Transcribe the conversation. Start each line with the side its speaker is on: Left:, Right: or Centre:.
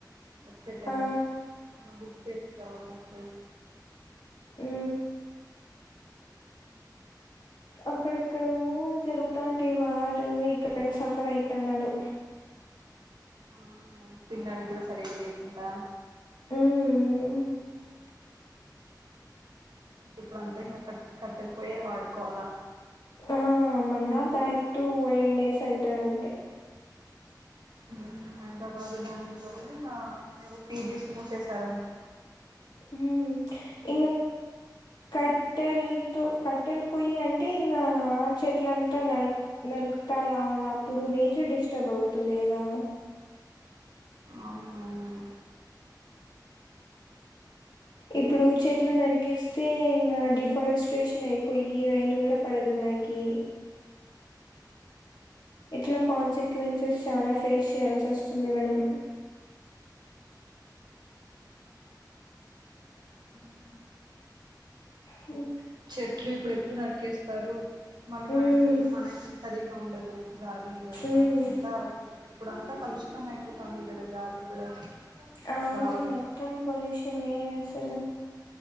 Right: వచ్చే టైం
Left: ఆ
Right: మనం బుక్ చేసిన్ తర్వాత వచ్చే
Left: ఊ అక్కడెక్కడో జరుగుతాంటే వారు ఇక్క క్కడ సఫర్ అయితన్నాడు.
Right: ఆహా తిన్డానికి గూడా సరిగా లేకుండా
Left: ఉమ్ <inaudible>
Right: ఇప్పుడు అంతా ఇంగా క కట్టలపోయే వాడుకోవాల
Left: ఆ మన్నా బ్యాక్ టు ఓల్డెన్ డేస్ అంటర్ అంతే
Right: ఉమ్ హైదరాబాదు బెంగళూరు లో కూడా ఏవో పీజీస్ మూసేశారంటా
Left: హ్మ్ ఇంగ కట్టెల్లతో కట్టెల్ పొయ్యి అంటే ఇంగ చెట్లంతా నరు నరుకుతా రావాల అప్పుడు నేచర్ డిస్టర్బ్ బౌతు ఉంది కదా
Right: అవునవును
Left: ఇప్పుడూ చెట్లు నరికేస్తే ఇంగా డిఫారెస్ట్రేషన్ అయిపొయ్యి రైను గూడా పడదు. వినయ్ కి ఎట్లా కొన్సక్వెన్సస్ చనా ఫేస్ చేయాల్సి వస్తుంది మనం
Right: ఉమ్
Left: హు
Right: చెట్లు ఇప్పుడు ఎక్కువ నరికేస్తారు మళ్ళీ
Left: మ్మ్
Right: మనకి మనకి సరిగా ఉండదు గాలి ఈ అది అంతా
Left: మ్మ్
Right: అంతా ఇప్పుడ అంతా కలుషితం అయిపోతంది కదా గాలి కూడా
Left: అవును
Right: బాగా
Left: మొత్తం పొల్యూషన్ ఏ అసలు